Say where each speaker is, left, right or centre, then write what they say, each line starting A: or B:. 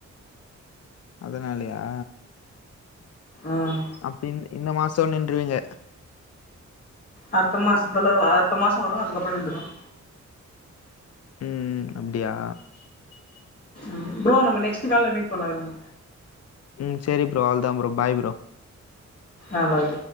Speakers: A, on the left; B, on the left.
A: அதனாலயா
B: ஆஹம்
A: அப்ப இந்த மாசம் நின்றுவீங்க
B: அடுத்த மாசத்துல அடுத்த மாசம் வரும் அதுக்கப்புறம் நின்றுவேன்
A: உம் அப்டியா
B: ம் ப்ரோ நம்ம நெக்ஸ்ட் கால்ல மீட் பண்ணலாம்
A: ம் சரி ப்ரோ அவ்வளேதான் ப்ரோ பாய் ப்ரோ
B: ஆ பாய்